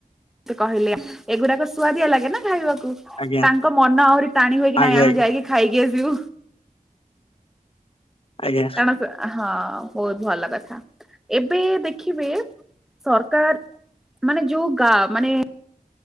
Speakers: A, in the centre; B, on the left.
A: ତ କହିଲେ ଏଗୁଡାକ ସୁଆଦିଆ ଲାଗେ ନା ଖାଇବାକୁ।
B: ଆଜ୍ଞା
A: ତାଙ୍କ ମନ ଆହୁରି ଟାଣି ହୋଇକି
B: ଆଜ୍ଞା
A: ନାଇଁ ଆମେ
B: ଆଜ୍ଞା
A: ଯାଇଏ। ଖାଇକି ଆସିବୁ।
B: ଆଜ୍ଞା
A: କହନ୍ତୁ ହଁ ବହୁତ ଭଲ କଥା। ଏବେ ଦେଖିବେ ସରକାର ମାନେ ଯୋଉ ଗାଁ ମାନେ-